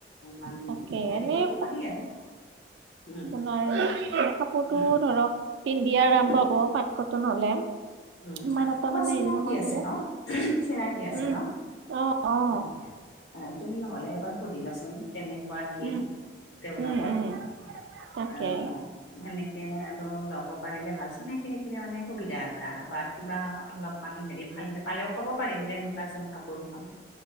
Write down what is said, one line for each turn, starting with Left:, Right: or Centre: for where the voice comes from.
Left: মান
Right: তাকে
Left: হেৰিৰি
Right: এনেই
Left: কৰিব পাৰি আৰু উম।
Right: অ, কাপোৰতো
Left: উম
Right: ধৰক পিন্ধি আৰম পাব পাত নলে ইমান
Left: উম
Right: এটা
Left: তোমাৰ
Right: মানে
Left: চিনাকি
Right: হেৰি নহয়
Left: আছে
Right: আৰু।
Left: ন চিনাকি আছে
Right: উম
Left: ন?
Right: অ', অ',
Left: অ, তুমি নহ'লে এবাৰ সুধিবাচোন কেনেকুৱা কি
Right: উম
Left: তেওঁলোকৰ
Right: উম উম তাকে
Left: আৰু অ, সেনেকৈ আৰু ল'ব পাৰিলে ভাল চিনাকি থাকিলে মানে সুবিধা এটা আৰু বা কিবা অলপ হেৰি ভাল পালেও ক'ব পাৰিম যে এনেকুৱা চোন কাপোৰখন